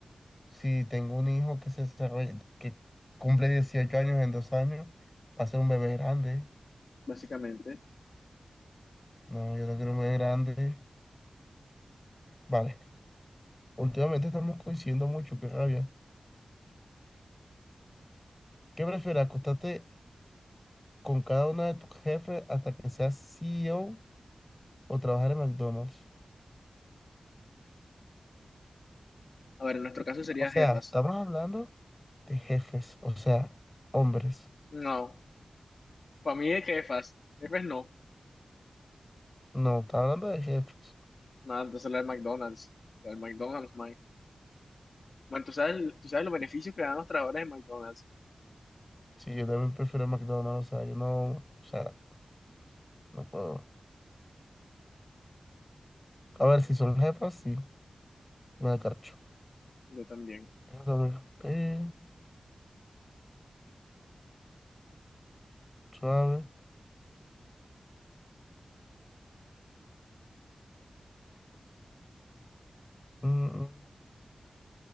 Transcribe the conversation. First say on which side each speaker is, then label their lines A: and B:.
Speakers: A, on the left; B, on the left.
A: Si tengo un hijo que se desarrolla, que cumple 18 años en dos años, va a ser un bebé grande.
B: Básicamente.
A: No, yo no quiero un bebé grande. Vale, últimamente estamos coincidiendo mucho, qué rabia. ¿Qué prefieres, acostarte con cada uno de tus jefes hasta que seas CEO o o trabajar en McDonald's?
B: A ver, en nuestro caso sería
A: O sea,
B: jefas.
A: estamos hablando de jefes, o sea, hombres.
B: No, para mí es jefas. Jefes no.
A: No, está hablando de jefes.
B: Nada, entonces la de McDonald's. La de McDonald's, man. Bueno, tú sabes, tú sabes los beneficios que dan los trabajadores de McDonald's.
A: Sí, yo también prefiero McDonald's, o sea, yo no, o sea, no puedo. A ver, si son jefas, sí, me da carcho.
B: Yo también.
A: Eso también, eh, suave. Mm, mm.